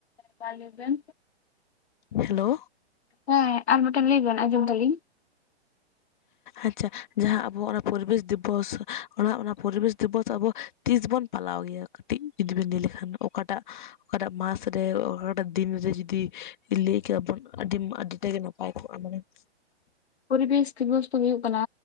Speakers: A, on the left; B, on the left.
A: ᱢᱟ ᱞᱮ ᱵᱮᱱ
B: ᱦᱮᱞᱳ
A: ᱦᱮᱸ ᱟᱨ ᱢᱮᱴᱮᱱ ᱞᱮᱭ ᱵᱮᱱ ᱟᱸᱡᱚᱢ ᱫᱟᱞᱤᱧ᱾
B: ᱟᱪᱪᱷᱟ ᱡᱟᱦᱟᱸ ᱟᱵᱚᱣᱟᱜ ᱚᱱᱟ ᱯᱚᱨᱤᱵᱮᱥ ᱫᱤᱵᱚᱥ ᱚᱱᱟ ᱚᱱᱟ ᱯᱚᱨᱤᱵᱮᱥ ᱫᱤᱵᱚᱥ ᱟᱵᱚ ᱛᱤᱥ ᱵᱚᱱ ᱯᱟᱞᱟᱣ ᱜᱮᱭᱟ? ᱠᱟᱹᱴᱤᱡ ᱡᱩᱫᱤ ᱵᱤᱱ ᱞᱮ ᱞᱮᱠᱷᱟᱱ ᱚᱠᱟᱴᱟᱜ ᱚᱠᱟᱴᱟᱜ ᱢᱟᱥ ᱨᱮ ᱚᱠᱟᱴᱟᱜ ᱫᱤᱱᱨᱮ ᱡᱩᱫᱤ ᱞᱮ ᱠᱮᱭᱟᱵᱚᱱ ᱟᱹᱰᱤ ᱟᱹᱰᱤ ᱴᱟᱜᱮ ᱱᱟᱯᱟᱭ ᱠᱚᱜ-ᱟ ᱢᱟᱱᱮ᱾ <inaudible>
A: ᱯᱚᱨᱤᱵᱮᱥ ᱫᱤᱵᱚᱥ ᱫᱚ ᱦᱩᱭᱩᱜ ᱠᱟᱱᱟ